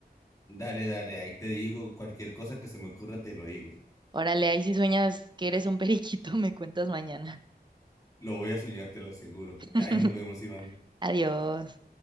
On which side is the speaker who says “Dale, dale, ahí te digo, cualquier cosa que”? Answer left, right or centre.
Left